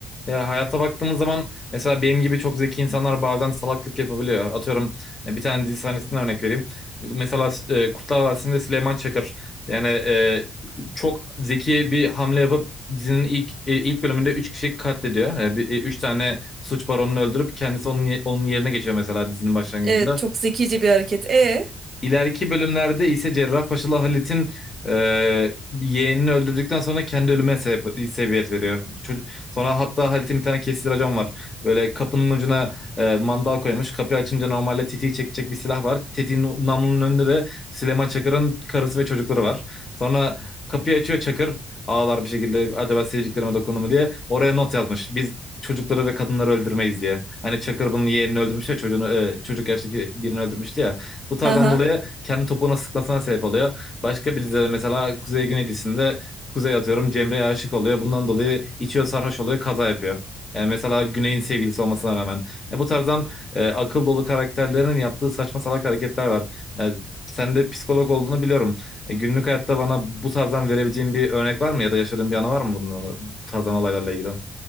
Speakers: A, on the left; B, on the right.
A: Ya hayata baktığımız zaman mesela benim gibi çok zeki insanlar bazen salaklık yapabiliyor. Atıyorum e, bir tane dizi sahnesinden örnek vereyim. Mesela e, Kurtlar Vadisi'nde Süleyman Çakır yani e, çok zeki bir hamle yapıp dizinin ilk e, ilk bölümünde 3 kişiyi katlediyor. Yani bir, e, üç tane suç baronunu öldürüp kendisi onun ye- onun yerine geçiyor mesela dizinin başlangıcında.
B: Evet çok zekice bir hareket. E,
A: İleriki bölümlerde ise Cerrahpaşalı Halit'in e, yeğenini öldürdükten sonra kendi ölüme sebep- sebebiyet veriyor. Çocuk, sonra hatta Halit'in bir tane kesici racon var. Böyle kapının ucuna e, mandal koymuş. Kapıyı açınca normalde tetiği çekecek bir silah var. Tetiğin namlunun önünde de Süleyman Çakır'ın karısı ve çocukları var. Sonra kapıyı açıyor Çakır ağlar bir şekilde acaba sevdiklerime dokundu mu diye. Oraya not yazmış. Biz çocukları ve kadınları öldürmeyiz diye. Hani Çakır bunun yeğenini öldürmüş ya çocuğunu e, çocuk yaştaki birini öldürmüştü ya. Bu tarzdan
B: aha.
A: dolayı kendi topuğuna sıkmasına sebep oluyor. Başka bir dizide mesela Kuzey Güneylisinde Kuzey atıyorum Cemre'ye aşık oluyor. Bundan dolayı içiyor sarhoş oluyor kaza yapıyor. Yani mesela Güney'in sevgilisi olmasına rağmen. Ya bu tarzdan e, akıl dolu karakterlerin yaptığı saçma salak hareketler var. Yani sen de psikolog olduğunu biliyorum. E, günlük hayatta bana bu tarzdan verebileceğin bir örnek var mı ya da yaşadığın bir anı var mı bunun, bu tarzdan olaylarla ilgili?